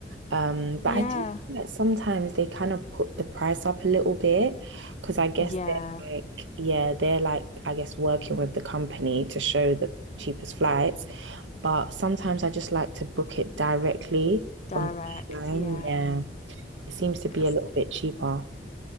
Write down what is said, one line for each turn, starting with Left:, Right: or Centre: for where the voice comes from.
Right: Um, but
Left: yeah.
Right: I do think that sometimes they kind of put the price up a little bit because I guess
Left: Yeah,
Right: they're like, yeah, they're like, I guess working with the company to show the cheapest flights. But sometimes I just like to book it directly
Left: direct,
Right: on the airline.
Left: yeah.
Right: Yeah, it seems to
Left: Because
Right: be a little bit cheaper.